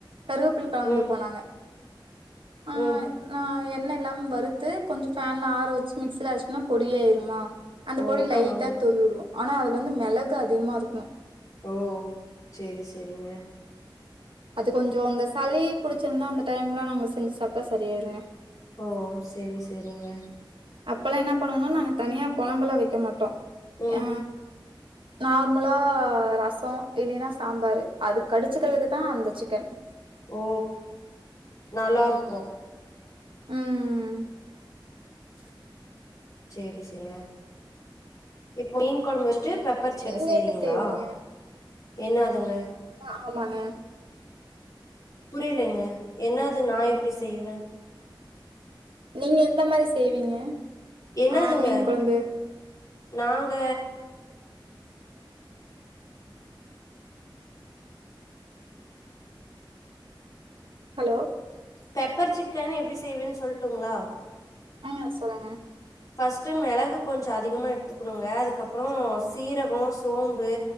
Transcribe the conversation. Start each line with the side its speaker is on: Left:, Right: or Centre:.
Right: கருவப்பில்ல கலந்து
Left: ம்
Right: போ நாங்க ஆ
Left: ம்
Right: ஆ எண்ணெ இல்லாம வறுத்து கொஞ்சோ ஃபேன்ல ஆற வச்சு மிக்சில அடிச்சோம்னா பொடி ஆயிருமா அந்த
Left: ஓ
Right: பொடி லைட்டா
Left: ஆமாங்க
Right: தூவி விடுவோ ஆனா அதுல வந்து மெளகு அதிகமா இருக்கு
Left: ஓ சேரி சேரிங்க
Right: அது கொஞ்சோ அந்த சளி புடிச்சிருந்தா அந்த டைம்லா நாங்க செஞ்சு சாப்ட்டா சரியாயிருங்க
Left: ஓ சேரி சேரிங்க
Right: அப்பல்லா என்ன பண்ணுவோனா நாங்க தனியா கொழம்பு எல்லா வைக்க மாட்டோ
Left: ம்
Right: ஆ நார்மலா ரசோ இல்லைன்னா சாம்பாரு அது கடிச்சக்கிறதுக்கு தா அந்த சிக்கன்
Left: ஓ நல்லாருக்கு
Right: ம் ம்
Left: சேரி சேரிங்க இப்ப மீன் கொழம்பு வச்சுட்டு பெப் ப்பர்ச்சன்
Right: நீங்க
Left: செய்றீங்ளா
Right: எப்டி செய்வீங்க
Left: என்னாதுங்க
Right: அ ஆமாங்க
Left: புரியலங்க என்னாது நா எப்டி செய்வே
Right: நீங்க எந்த மாரி செய்வீங்க
Left: என்னதுங்க
Right: ஆ மீன் கொழம்பு
Left: நாங்க
Right: ஹலோ
Left: பெப்பர் சிக்கன் எப்டி செய்வேன்னு சொல்லுட்டுங்களா
Right: ஆ சொல்லுங்க
Left: ஃபஸ்ட்டு மெளகு கொஞ்சோ அதிகமா எடுத்துக்கணுங்க அதுக்கப்புறோ சீரகோ சோம்பு